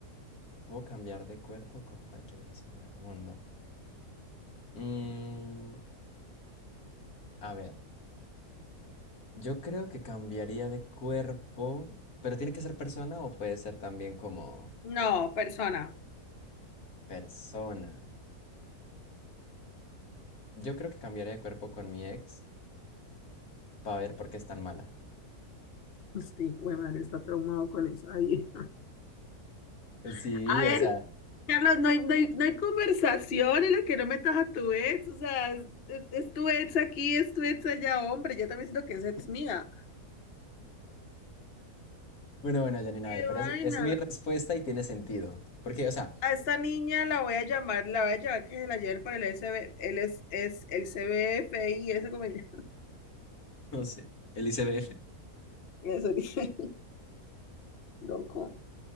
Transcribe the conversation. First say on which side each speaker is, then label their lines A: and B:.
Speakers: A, on the left; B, on the left.
A: ¿Puedo cambiar de cuerpo con cualquier persona del mundo? Mm, a ver. Yo creo que cambiaría de cuerpo, pero tiene que ser persona o puede ser también como
B: No, persona. <laughs>
A: persona. Yo creo que cambiaría de cuerpo con mi ex para ver por qué es tan mala.
B: Sí, güey, madre, está traumado con esa vieja. <laughs>
A: Sí,
B: A ver,
A: o sea.
B: Carlos, no hay, no hay- no hay conversación en la que no metas a tu ex. O sea, es, es- es tu ex aquí, es tu ex allá, hombre. Yo también siento que es ex mía.
A: Bueno, bueno, Janina,
B: ¡Qué
A: a ver, pero
B: vaina!
A: es, es mi respuesta y tiene sentido. Porque, o sea,
B: a esta niña la voy a llamar, la voy a llevar que se la lleven para el S B, él es, es el C CBFI, eso como ya-
A: No sé. El ICBF.
B: <laughs> eso dije, loco.